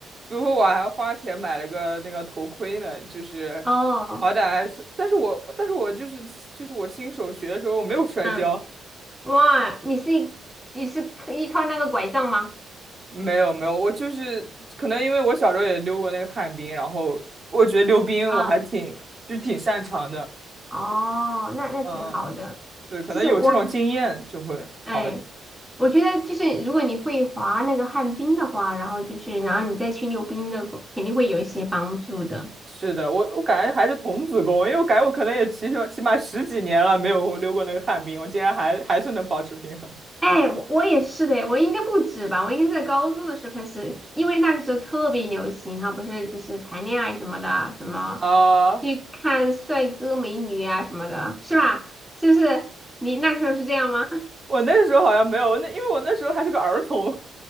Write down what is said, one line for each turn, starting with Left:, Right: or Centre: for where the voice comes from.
Right: 比如说我还花钱买了个那个头盔呢，就是
Centre: <laughs>，哦，
Right: 好歹还是，但是我但是我就是就是我新手学的时候我没有摔跤，
Centre: 嗯，哇，你是你是依靠那个拐杖吗？
Right: 没有没有，我就是可能因为我小时候也溜过那个旱冰，然后我觉得溜冰我还挺就挺擅长的，
Centre: 啊、哦，那那挺好的。
Right: 嗯嗯，对，可能有这种经验就会好一点。
Centre: 其实我可，哎，我觉得就是如果你会滑那个旱冰的话，然后就是然后你再去溜冰的，肯定会有一些帮助的。
Right: 是的，我我感觉还是童子功，因为我感觉我可能也起码起码十几年了没有溜过那个旱冰，我竟然还还是能保持平衡。
Centre: 哎，我我也是的，我应该不止吧，我应该是在高中的时候开始，因为那个时候特别流行，他不是就是谈恋爱什么的，什么
Right: 啊，
Centre: 去看帅哥美女啊什么的，是吧？是不是？你那个时候是这样吗？
Right: 我那时候好像没有，那因为我那时候还是个儿童。<laughs>